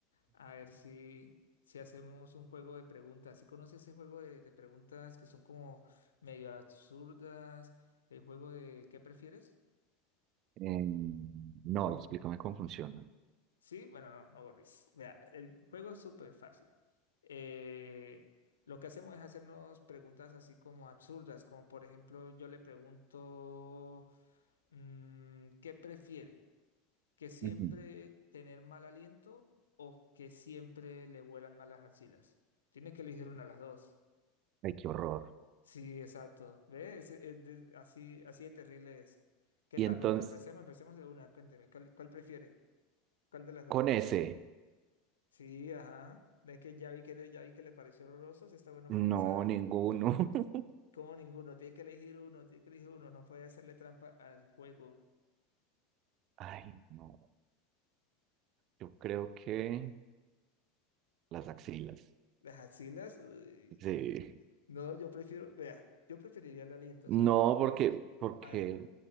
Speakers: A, on the left; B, on the right.
A: A ver si, si hacemos un juego de preguntas. ¿Sí conoce ese juego de, de preguntas que son como medio absurdas? El juego de ¿qué prefieres?
B: Em, no, explícame cómo funciona.
A: Sí, bueno, no, no borris. Vea, el juego es súper fácil. Eh, lo que hacemos es hacernos preguntas así como absurdas, como por ejemplo, yo le pregunto, mm, ¿qué prefiere? ¿Que siempre
B: Ujú.
A: tener mal aliento o que siempre le vuelan malas axilas? Tiene que elegir una de las dos.
B: Ay, qué horror.
A: Sí, exacto. ¿Ve? Es, es de- así, así de terrible es. ¿Qué
B: Y
A: tal?
B: entonces,
A: Bueno, pero empecemos, empecemos de una. Cuénteme, ¿cuál, cuál prefiere? ¿Cuál de las dos
B: con
A: prefiere?
B: ese,
A: Sí, ajá. Es que ya vi que, ya vi que le pareció horroroso, sí está bueno
B: no,
A: para empezar.
B: ninguno. <laughs>
A: Como ninguno, tiene que elegir uno, tiene que elegir uno, no puede hacerle trampa al juego.
B: Ay, no, yo creo que las axilas.
A: Las axilas, uy.
B: Sí.
A: No, yo prefiero, vea, yo preferiría el aliento,
B: No,
A: ¿sabe por
B: porque,
A: qué?
B: porque
A: A ver,